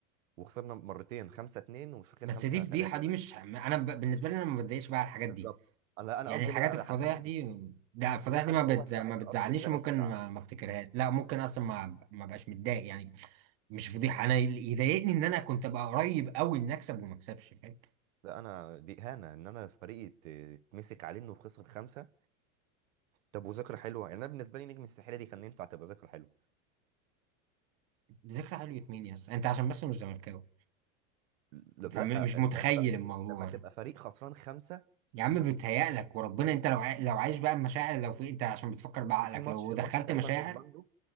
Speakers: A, on the right (about 85°); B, on the right (about 35°).
A: وخسرنا مرتين خمسة اتنين ومش فاكر
B: بس
A: خمسة
B: دي فضيحة
A: تلاتة
B: دي
A: باين
B: مش انا ب... بالنسبة لي انا ما بتضايقش بقى على الحاجات
A: بالظبط
B: دي
A: انا انا
B: يعني
A: قصدي
B: الحاجات
A: ان بقى
B: الفضايح
A: على الحاجات
B: دي
A: دي
B: ده الفضايح
A: فضيحه
B: دي
A: ان
B: ما بت...
A: هو انت
B: ما
A: عايز
B: بتزعلنيش
A: الارض تتشق
B: وممكن
A: وتبلعك
B: ما, ما افتكرهاش لا ممكن اصلا ما ما بقاش متضايق يعني مش فضيحه انا اللي يضايقني ان انا كنت ابقى قريب قوي ان اكسب وما اكسبش فاهم
A: لا انا دي اهانه ان انا فريقي ت- تمسك عليه انه خسر خمسه طب وذكرى حلوه يعني انا بالنسبه لي نجم الساحليه دي كان ينفع تبقى ذكرى حلوه
B: ذكرى حلوة مين يا اسطى انت عشان بس مش زملكاوي
A: لا لا،
B: فمش متخيل
A: انت يا اسطى
B: الموضوع
A: لما تبقى
B: يعني.
A: فريق خسران خمسه
B: يا عم بيتهيألك وربنا انت لو عاي... لو عايش بقى المشاعر لو في انت عشان بتفكر بعقلك
A: وفي ماتش
B: لو دخلت
A: ماتش تقريبا
B: مشاعر
A: اورلاندو